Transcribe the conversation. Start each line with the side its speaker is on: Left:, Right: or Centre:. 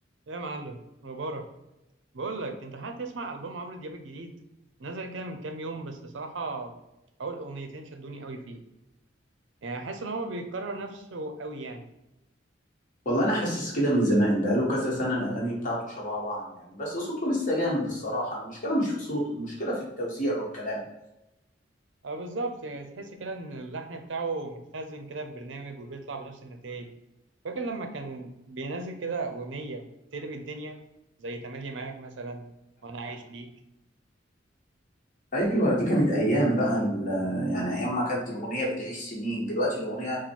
Right: يا معلم مبارك بقول لك انت هتسمع البوم عمرو دياب الجديد نزل كده من كام يوم بس صراحه اول اغنيتين شدوني قوي فيه يعني حاسس ان هو بيكرر نفسه قوي يعني
Left: والله انا حاسس كده من زمان بقاله كذا سنه الاغاني بتاعته شبه بعض يعني بس صوته لسه جامد الصراحه المشكله مش في صوته المشكله في التوزيع والكلام
Right: اه بالظبط يعني تحس كده ان اللحن بتاعه متخزن كده في برنامج وبيطلع بنفس النتائج فاكر لما كان بينزل كده اغنيه تقلب الدنيا زي تملي معاك مثلا وانا عايش ليك
Left: ايوه دي كانت ايام بقى ال- يعني ايام ما كانت الاغنيه بتعيش سنين دلوقتي الاغنيه